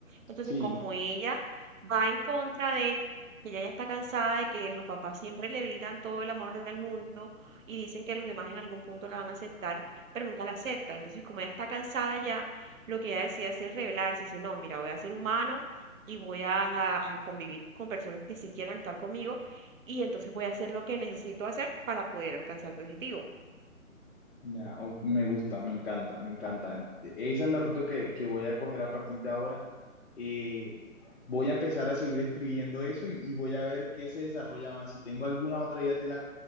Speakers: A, on the right; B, on the left.
A: Entonces,
B: Sí,
A: como ella va en contra de, que ella ya está cansada de que los papás siempre le brindan todo el amor del mundo y dicen que los demás en algún punto la van a aceptar, pero nunca la aceptan. Entonces, como ella está cansada ya, lo que ella decide hacer es rebelarse y dice, no, mira, voy a ser humano y voy a, a- a convivir con personas que sí quieran estar conmigo y entonces voy a hacer lo que necesito hacer para poder alcanzar mi objetivo.
B: ya, o- me gusta, me encanta, me encanta. Esa es la ruta que, que voy a coger a partir de ahora. Eh, voy a empezar a seguir escribiendo eso y, y voy a ver qué se desarrolla más. Si tengo alguna otra idea, te la...